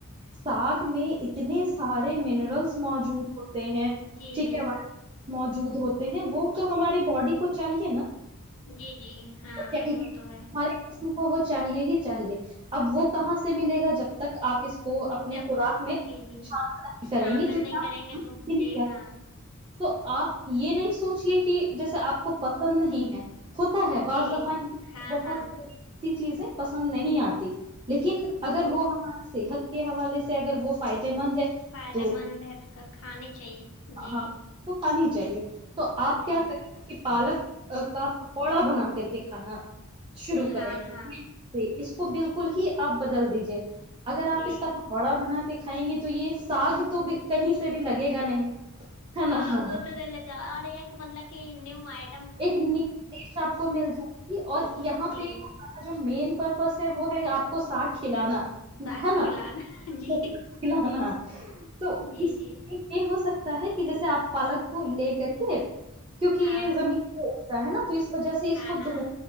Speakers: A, on the right (about 25°); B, on the left (about 65°).
A: ساگ میں اتنے سارے منٹ موجود ہوتے ہیں
B: جی
A: ٹھیک ہے ب موجود ہوتے ہیں وہ تو ہمارے باڈی کو چاہیے نا
B: جی جی ہاں
A: چاہیے
B: وہ
A: ہمارے
B: تو ہے
A: جسم وہ چاہیے ہی چاہے اب وہ کہاں سے ملے گا جب تک آپ کس کو اپنے
B: جب
A: خوراک
B: تک
A: میں
B: جی جی
A: شامل نہیں کریں
B: شامل
A: گی تو کیا
B: نہیں کریں گے تو جی ہاں
A: تو آپ یہ نہیں سوچے کہ جیسے آپ کو پسند نہیں ہے ہوتا ہے
B: جی
A: بعض دفع
B: ہاں
A: بہتتی
B: ہاں
A: چیزیں پسند نہیں آتی <inaudible> لیکن اگر
B: جی
A: وہ ہمارے صحت کے حوالے سے اگر وہ فائدہ مند ہے
B: فائدے
A: تو
B: مند ہے تو کھانی چاہیے جی
A: ہاں چاہیے تو آپ
B: جی
A: کیا کریں گے کہ پالک کا پوڑا بنا کر کے کھانا شرو کریں
B: ہاں ہاں
A: اس کو بالکل ہی آپ بدل دیجیے اگر آپ
B: جی
A: اس کا پکوڑا بنا کے کھائیں گے تو یہ ساگ تو بھی کہیں سے بھی لگے گا نہیں ہے
B: ہاں
A: نا
B: وہ تو تو لگا آ ایک م ل کہ نیو آئی
A: ایک ن دیش آپ کو مل جائے گی اور یہاں
B: جی
A: پہ ہمارا جو مین پرپس ہے وہ ہے آپ کو سگ کھلانا
B: ساگ
A: ہے نا
B: کھلانا جی
A: کھلانا تو
B: جی
A: اس
B: جی
A: یہ ہو سکتا ہے کہ جیسے آپ پالک کو لے کر کے کیونکہ
B: ہاں
A: یہ زمین اکتا ہے نا تو اس وجہ سے اس
B: ہاں
A: کو
B: ہاں
A: دھنے